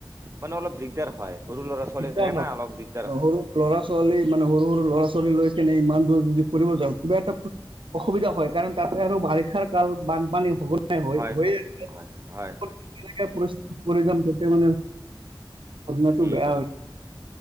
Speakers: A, on the right; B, on the right.
A: মানে অলপ দিগদাৰ হয় সৰু ল'ৰা ছোৱালী
B: দিগদাৰ
A: থাকে
B: হয়
A: না অলপ দিগদাৰ হয়।
B: সৰু ল'ৰা ছোৱালী মানে সৰু সৰু ল'ৰা ছোৱালী লৈ কেনে ইমান দূৰ যদি ফুৰিব যাওঁ কিবা এটা প অসুবিধা হয় কাৰণ তাতে আৰু বাৰিষাৰ কাল বানপানী হুল হৈ
A: হয়
B: হৈ
A: হয়
B: আছে
A: হয় হয়
B: <unintelligible>
A: হয়
B: পৰিস্থিতিত পৰি যাম তেতিয়া মানে ঘটনাটো
A: উম
B: বেয়া হয়